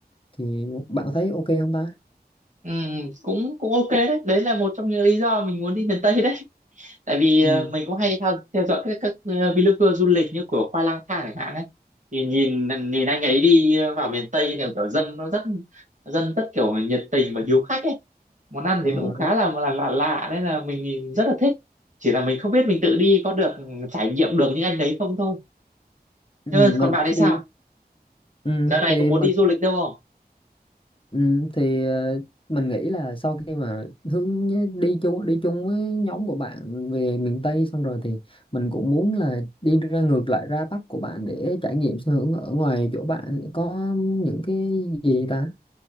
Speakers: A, on the left (about 30°); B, on the right (about 50°).
A: thì bạn thấy ok không ta
B: ừ, cũng cũng ok đấy đấy là một trong những lý do mình muốn đi miền Tây đấy tại vì
A: ừ.
B: ờ, mình cũng hay theo, theo dõi các các ờ, vlogger du lịch như của Khoai Lang Thang chẳng hạn ấy thì nhìn nhìn anh ấy đi ờ, vào miền Tây thì kiểu dân nó rất dân rất kiểu nhiệt tình và hiếu khách ấy món ăn
A: ờ
B: thì nó cũng khá
A: đúng
B: là là lạ lạ nên là mình nhìn rất là thích chỉ là mình không biết mình tự đi có được trải nghiệm được những anh đấy không thôi
A: ừ,
B: Thế
A: mà
B: còn bạn thì
A: thì
B: sao?
A: ừ,
B: Đợt này
A: thì
B: có muốn
A: mình
B: đi du lịch đâu không?
A: ừ, thì ờ, mình nghĩ là sau khi mà hướng nhớ- đi chung đi chung với nhóm của bạn về miền Tây xong rồi thì mình cũng muốn là đi ra ngược lại ra Bắc của bạn để trải nghiệm xem ở ở ngoài chỗ bạn có những cái gì ta